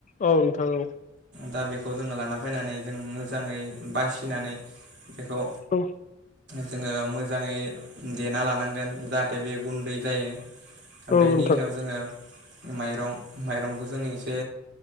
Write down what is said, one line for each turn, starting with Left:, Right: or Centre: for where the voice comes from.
Left: औ नोंथां औ
Right: दा बेखौ जोङो लाना फैनानै जों मोजाङै बासिनानै बेखौ
Left: औ
Right: जोङो मोजाङै देना लानांगोन जाहाथे बे गुन्दै जायो बेनि
Left: औ
Right: उनाव
Left: नोंथां
Right: जोङो माइरं माइरंखौ जोङो एसे